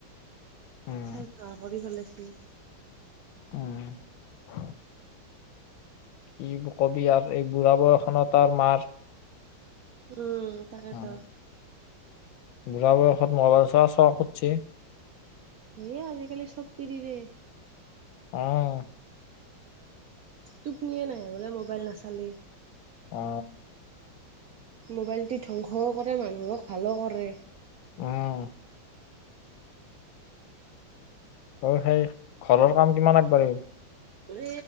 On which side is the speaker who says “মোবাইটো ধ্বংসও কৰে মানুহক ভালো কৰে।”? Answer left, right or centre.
Right